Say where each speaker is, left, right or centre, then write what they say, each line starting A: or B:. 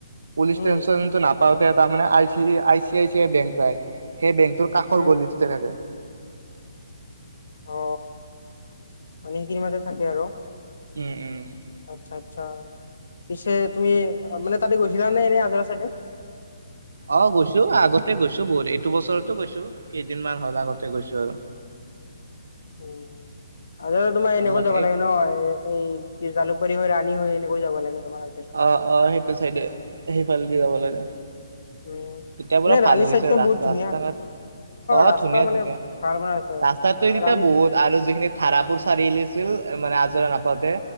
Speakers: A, on the right; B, on the left.
A: পুলিচ
B: উম
A: ষ্টেনচনতটো নাপাওঁতে তাৰমানে I C I C I bank পায়। সেই বেংকটোৰ কাষৰ
B: উম
A: গলিটোতে থাকে।
B: অ মানে সেইখিনি মাজতে থাকে আৰু
A: উম উম
B: আচ্ছা আচ্ছা।। পিছে তুমি মানে তাতে গৈছিলা নে এনেই আজৰা চাইডে।
A: অ গৈছো আগতে গৈছো বহুত এইটো বছৰতো গৈছো কেইদিনমান হল আগতে গৈছো আৰু।
B: <inaudible> উ আজাৰাৰ তোমাৰ
A: ভাল
B: এনেকৈ যাব
A: এইফালে
B: লাগে ন এই কি জালুকবাৰী হৈ ৰাণী হৈ। নে যাব লাগে। তোমাৰ আজাৰা।
A: আহ অ সেইটো চাইডে সেইফালে দি যাব লাগে।
B: উম
A: তিয়া
B: এনে
A: পৰা ভাল
B: ৰাণী
A: হৈছে
B: চাইডটো
A: ৰাস্তা
B: বহুত ধুনীয়া।
A: অ
B: ৰাস্তা
A: ধুনীয়া
B: মানে
A: ধুনীয়া
B: ভাল বনাইছে
A: ৰাস্তাতটো তেতিয়া
B: ৰাণীত
A: বহুত আৰু যিখিনি ধাৰাপুৰ চাৰিআলি আছিল‌ মানে আজৰে নাপাওঁতে